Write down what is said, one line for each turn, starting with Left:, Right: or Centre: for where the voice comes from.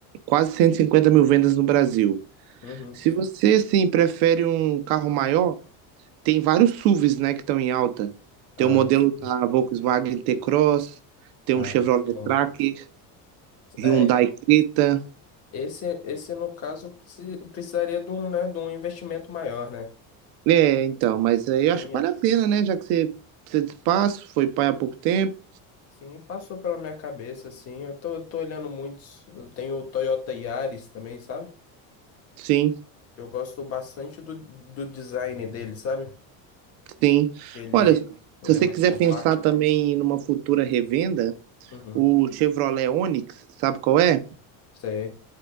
Right: quase 150 mil vendas no Brasil.
Left: uhum.
Right: Se você, assim, prefere um carro maior, tem vários SUVs, né, que estão em alta. Tem
Left: Ah,
Right: o modelo
Left: sim.
Right: da Volkswagen T-Cross, tem
Left: Ah,
Right: um Chevrolet
Left: esse é bom.
Right: Tracker, Hyundai
Left: É,
Right: Creta.
Left: esse, esse no caso preci- precisaria de um, né, de um investimento maior, né?
Right: É, então, mas aí
Left: Sim,
Right: eu acho que vale
Left: eu-
Right: a pena, né, já que você precisa de espaço, foi pai há pouco tempo.
Left: sim, passou pela minha cabeça, assim. Eu tô, tô olhando muitos. Eu tenho o Toyota Yaris também, sabe?
Right: Sim,
Left: Eu gosto bastante do, do design dele, sabe?
Right: sim.
Left: Que ele,
Right: Olha, se
Left: ele
Right: você
Left: é mais
Right: quiser
Left: compacto.
Right: pensar também numa futura revenda,
Left: Uhum.
Right: o Chevrolet Onix, sabe qual é?
Left: Sei.